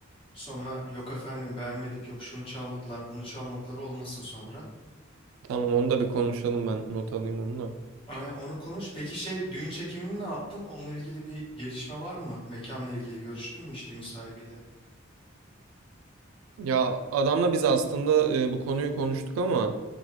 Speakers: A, on the left; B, on the right.
A: Sonra yok efendim beğenmedik yok şunu çalmadılar bunu çalmadılar olmasın sonra.
B: Tamam onu da bir konuşalım ben not alayım onu da.
A: Aynen onu konuş. Peki şey düğün çekimini ne yaptın? Onunla ilgili bir gelişme var mı? Mekanla ilgili görüştün mü hiç düğün sahibiyle?
B: Ya adamla biz aslında e, bu konuyu konuştuk ama